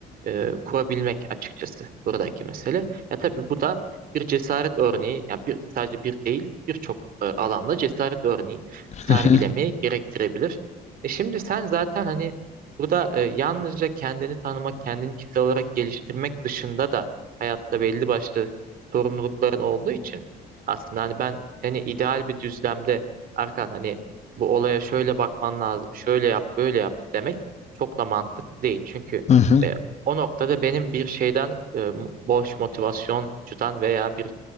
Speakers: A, on the right; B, on the left.
A: e, kurabilmek açıkçası buradaki mesele. Ya tabii bu da bir cesaret örneği, yani bir, sadece bir değil, birçok e, alanda cesaret örneği sergilemeyi
B: Hı hı.
A: gerektirebilir. E şimdi sen zaten hani burada e, yalnızca kendini tanımak, kendini kitle olarak geliştirmek dışında da hayatta belli başlı sorumlulukların olduğu için aslında hani ben seni ideal bir düzlemde Erkan hani bu olaya şöyle bakman lazım, şöyle yap, böyle yap demek çok da mantıklı değil. Çünkü
B: Hı hı.
A: e, o noktada benim bir şeyden e, boş motivasyoncudan veya bir